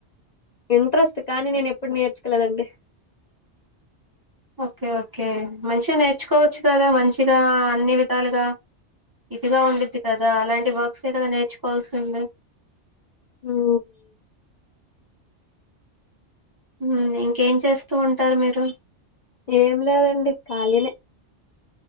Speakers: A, on the left (about 40°); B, on the right (about 20°).
A: ఇంట్రెస్ట్ కానీ నేను ఎప్పుడు నేర్చుకోలేదండి
B: ఓకే ఓకే మంచిగా నేర్చుకోవచ్చు కదా మంచిగా అన్ని విధాలుగా ఇదిగా ఉండిద్ది కదా అలాంటి వర్క్స్ ఏ కదా నేర్చుకోవాల్సింది
A: హూ
B: మ్మ్ ఇంకేం చేస్తూ ఉంటారు మీరు
A: ఏం లేదండి ఖాళీనే